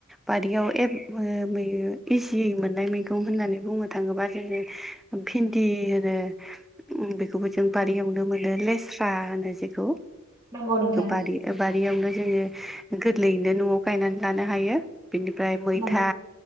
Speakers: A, in the centre; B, on the right.
A: बारियाव एप ओ मै इजियै मोननाय मैगं होननानै बुंनो थाङोबा जोङो भिन्दि होनो उम बेखौबो जों बारियावनो मोनो लेस्रा होनो जेखौ
B: नंगौ नोंथां
A: बारि बारियावनो जोङो गोरलैयैनो न'आव गायनानै लानो हायो। बिनिफ्राय मैथा
B: नंगौ